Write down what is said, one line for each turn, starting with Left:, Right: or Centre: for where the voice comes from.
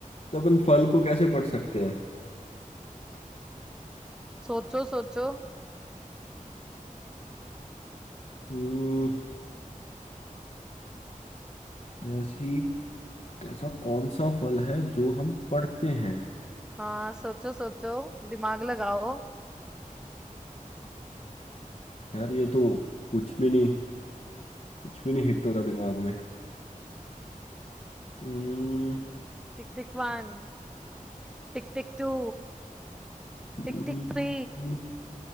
Left: तो अपन फल को कैसे पढ़ सकते हैं
Centre: सोचो सोचो
Left: हम्म ऐसी ऐसा कौन सा फल है जो हम पढ़ते हैं
Centre: हाँ सोचो सोचो दिमाग लगाओ
Left: यार ये तो कुछ भी नहीं कुछ भी नहीं हिट हो रहा दिमाग में हम्म
Centre: Tick tick one Tick tick two
Left: हम्म,
Centre: Tick tick three
Left: हम्म,